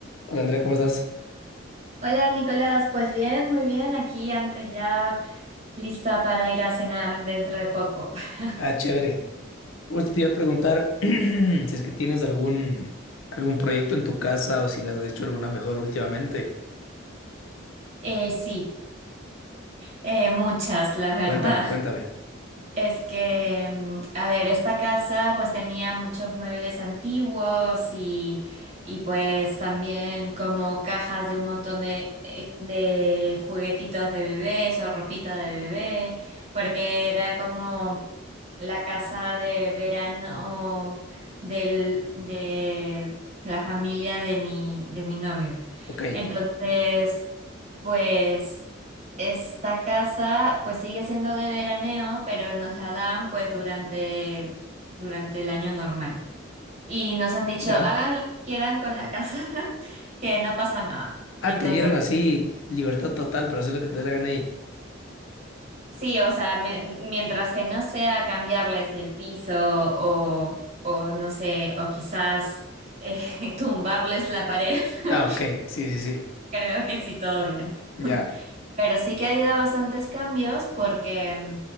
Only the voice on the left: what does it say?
Hola Andrea, ¿cómo estás?
Ah, chévere. Justo te iba a preguntar <clears throat> si es que tienes algún, algún proyecto en tu casa o si le has hecho alguna mejor últimamente.
Cuéntame, cuéntame.
Ok,
¿ya?
Ah,
te dieron así libertad total para hacer lo que te dé la gana ahí.
Ah, ok, sí, sí, sí,
ya.